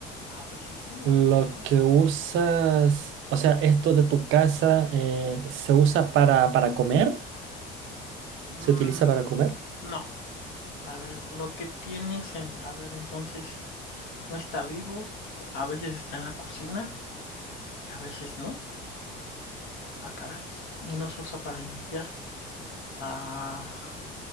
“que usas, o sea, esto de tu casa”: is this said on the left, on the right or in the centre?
Right